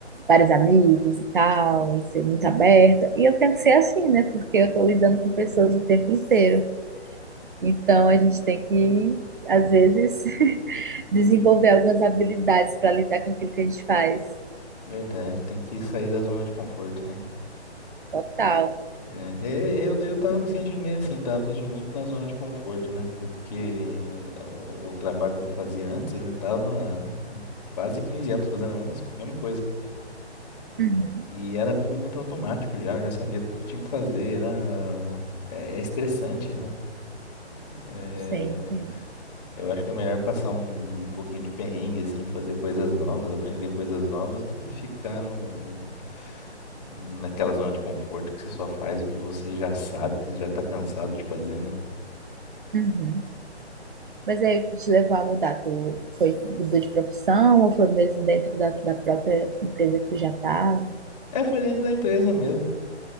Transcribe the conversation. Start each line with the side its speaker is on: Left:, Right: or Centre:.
Right: vários amigos e tal, e ser muito aberta. E eu tenho que ser assim, né? Porque eu tô lidando com pessoas o tempo inteiro. Então, a gente tem que, às vezes, <laughs> desenvolver algumas habilidades para lidar com aquilo que a gente faz.
Left: Verdade, tem que sair da zona de conforto, né?
Right: Total.
Left: É, é, eu, eu tava me sentindo meio assim, tava me sentindo muito na zona de conforto, né? Porque o, o trabalho que eu fazia antes, eu já tava há quase 15 anos fazendo a mesma, mesma coisa.
Right: Uhum.
Left: E era tudo muito automático já, eu já sabia tudo que tinha que fazer, era... É, é estressante, né? É,
Right: Sim, entendo.
Left: eu acho que é melhor passar um, um pouquinho de perrengue, assim, fazer coisas novas, aprender coisas novas, do que ficar no, naquela zona de conforto que você só faz o que você já sabe, que você já tá cansado de fazer, né?
Right: Uhum. Mas aí o que te levou a mudar? Tu foi, mudou de profissão ou foi mesmo dentro da, da própria empresa que tu já estava?
Left: É, foi dentro da empresa mesmo.